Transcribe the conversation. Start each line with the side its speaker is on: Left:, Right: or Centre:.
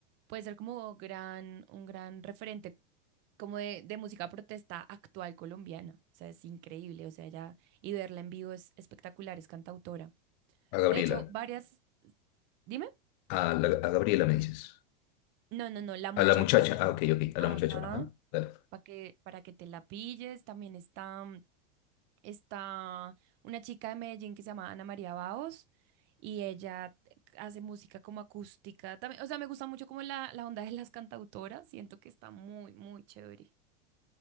Right: puede ser como gran, un gran referente como de, de música protesta actual colombiana. O sea, es increíble. O sea, ya, y verla en vivo es espectacular, es cantautora.
Left: A Gabriela.
Right: De hecho, varias, dime.
Left: A, la- a Gabriela me dices.
Right: No, no, no, la muchacha
Left: A la muchacha.
Right: se llama.
Left: Ah, ok, ok. A
Right: Ajá.
Left: la muchacha. Ajá. Dale.
Right: para que, para que te la pilles. También está, mm, está una chica de Medellín que se llama Ana María Baos y ella hace música como acústica. También, o sea, me gusta mucho como la, la onda de las cantautoras. Siento que está muy, muy chévere.